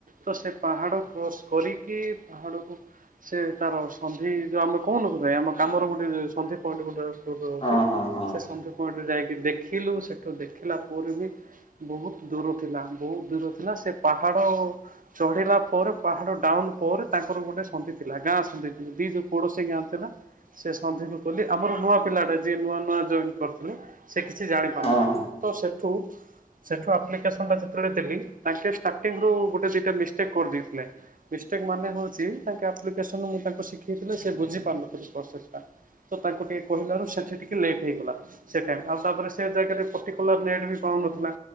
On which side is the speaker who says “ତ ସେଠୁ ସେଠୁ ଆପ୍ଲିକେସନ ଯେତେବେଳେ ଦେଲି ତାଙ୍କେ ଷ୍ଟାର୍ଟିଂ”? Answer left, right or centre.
Right